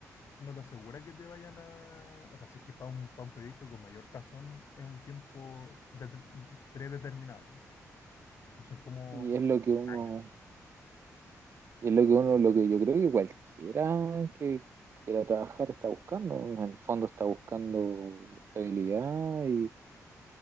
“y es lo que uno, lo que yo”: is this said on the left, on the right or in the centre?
Right